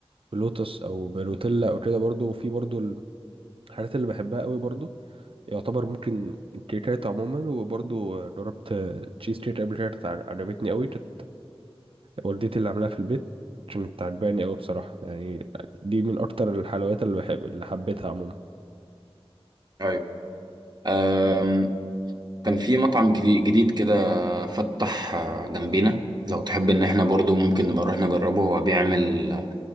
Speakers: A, on the right; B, on the right.
A: بلوتس او بنوتيلا او كده برضو وفي برضو الحاجات اللي بحبها قوي برضو يعتبر ممكن الكيكات عموما وبرضو جربت تشيز كيك قبل كده كانت عجبتني قوي كانت والدتي اللي عاملاها في البيت عشان بتعجباني قوي بصراحة يعني دي من أكتر الحلويات اللي بحب اللي حبيتها عموما
B: أيوة أم... كان في مطعم جديد, جديد كده فتح آه، جنبينا لو تحب إن احنا برضو ممكن نبقى نروح نجربه هو بيعمل آه،